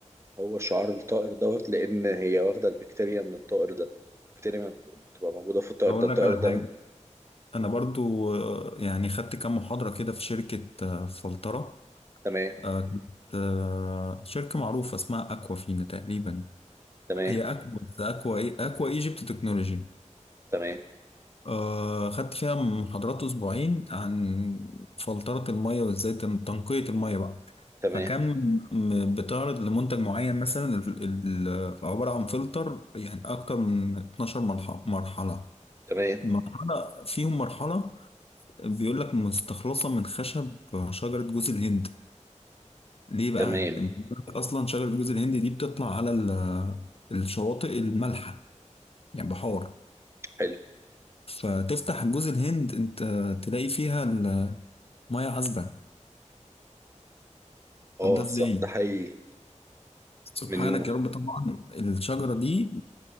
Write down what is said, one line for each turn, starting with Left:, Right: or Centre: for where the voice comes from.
Right: هو شعار الطائر دوت لأن هي واخدة البكتيريا من الطائر ده البكتيريا ما بت- بتبقى موجودة في الطائر
Left: هقول
Right: ده الطائر
Left: لك على
Right: ده
Left: حاجة انا برضو آه، يعني خدت كام محاضرة كده في شركة آه، فلترة
Right: تمام
Left: آه، كانت آه، شركة معروفة اسمها اكوافينا تقريبا
Right: تمام
Left: هي اكوا بس اكوا ايه اكوا ايجيبت تكنولوجي
Right: تمام
Left: آه، خدت فيها محاضرات اسبوعين عن فلترة المية وازاي تن- تنقية المية بقى
Right: تمام
Left: فكان م- بتعرض لمنتج معين مثلا ال- ال- عبارة عن فلتر يعني اكتر من 12 مرح- مرحلة
Right: تمام
Left: المرحلة فيهم مرحلة بيقول لك مستخلصة من خشب شجرة جوز الهند ليه بقى؟
Right: تمام
Left: أصلا شجرة جوز الهند دي بتطلع على ال- الشواطئ المالحة يعني بحار
Right: حلو
Left: فتفتح جوز الهند أنت تلاقي فيها المية عذبة
Right: اه
Left: طب ده إزاي؟
Right: صح ده حقيقي
Left: سبحانك
Right: من
Left: يا رب طبعا الشجرة دي